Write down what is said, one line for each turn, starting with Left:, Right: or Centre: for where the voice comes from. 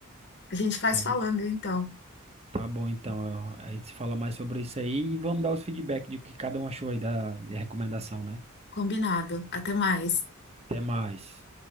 Left: A gente faz
Right: vamos.
Left: falando então.
Right: Tá bom, então. é, A gente se fala mais sobre isso aí e vamos dar os feedback de o que cada um achou aí da recomendação, né?
Left: Combinado. Até mais.
Right: Até mais.